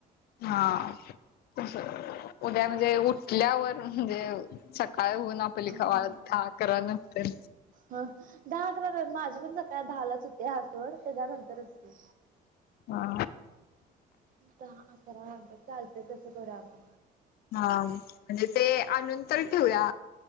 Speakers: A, on the left; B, on the right.
A: हा! उद्या म्हणजे उठल्यावर म्हणजे, सकाळ होऊन आप प लिखावा
B: हा
A: दहा, अकरा, नंतर.
B: ह दहा अकराला, माझी पण सकाळ दहालाच होत ते हाय सोड त्याच्यानंतरच की.
A: हा
B: दहा अकरा नंतर चालतंय, तसं करूया आपण.
A: हा म्हणजे ते आनूनतर ठेवूया